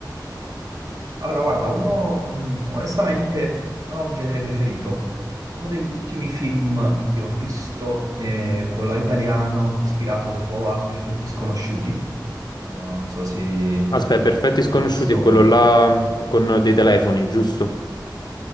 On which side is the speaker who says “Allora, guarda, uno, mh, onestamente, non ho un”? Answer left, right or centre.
Right